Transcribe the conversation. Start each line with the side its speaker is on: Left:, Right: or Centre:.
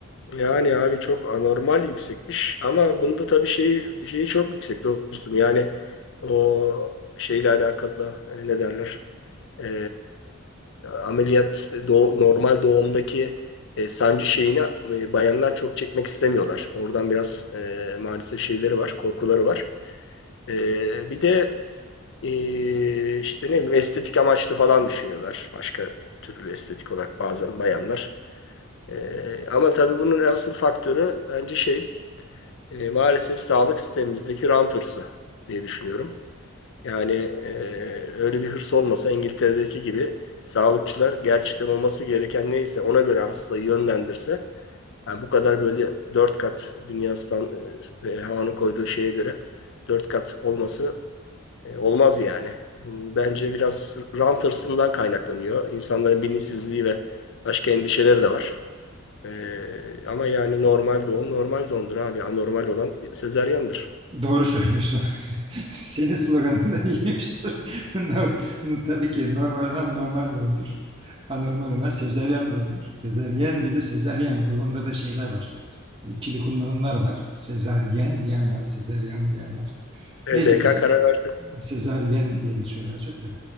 Left: yani abi çok anormal yüksekmiş ama bunda tabii şeyi şeyi çok yüksek dostum. Yani o şeyle alakalı e, ne derler? e, ameliyat doğ- normal doğumdaki e, sancı şeyini e, bayanlar çok çekmek istemiyorlar. Oradan biraz e, maalesef şeyleri var, korkuları var. E, bir de e, işte ne bileyim estetik amaçlı falan düşünüyorlar. Başka türlü estetik olarak bazen bayanlar. E, ama tabii bunun asıl faktörü bence şey e, maalesef sağlık sistemimizdeki rant hırsı diye düşünüyorum. Yani e, öyle bir hırs olmasa İngiltere'deki gibi sağlıkçılar gerçekten olması gereken neyse ona göre hastayı yönlendirse yani bu kadar böyle dört kat dünya stand, e, havanın koyduğu şeye göre dört kat olması e, olmaz yani. Bu bence biraz rant hırsından kaynaklanıyor. İnsanların bilinçsizliği ve başka endişeleri de var. E, ama yani normal doğum normal doğumdur abi. Anormal olan sezaryandır.
Right: Doğru söylüyorsun. <laughs> Senin sloganın da iyiymiştir. <laughs> Nor- Tabii ki normal olan normal doğumdur. Anormal olan sezeryan doğumdur. Sezaryen bir de sezaryen Bu konuda da şeyler var. İkili kullanımlar var. Sezaryen diyen var. sezaryen diyen var. Neyse
Left: EDK
Right: dostum.
Left: karar verdi.
Right: Sezaryen diye geçiyor daha çok da.